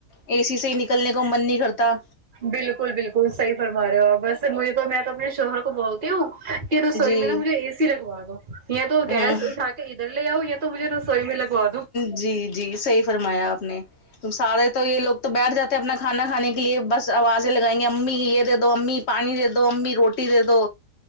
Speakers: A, on the left; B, on the right.
A: اے سی سے ہی نکلنے کو من نہیں کرتا
B: بالکل بالکل صحیح فرما رہے ہو آپ ویسے مجھے تو میں تو اپنے شوہر کو بولتی ہوں کہ رسوئی
A: جی
B: میں نا مجھے اے سی لگوا دو یا تو
A: ہاں
B: گیس اٹھا کے ادھر لے آؤ یا تو مجھے رسوئی میں لگوا دو
A: جی جی صحیح فرمایا آپ نے سارے تو یے لوگ تو بیٹھ جاتے ہیں اپنا کھانا کھانے کے لیے بس آوازیں لگائیں گے امی یے دے دو امی پانی دے دو امی روٹی دے دو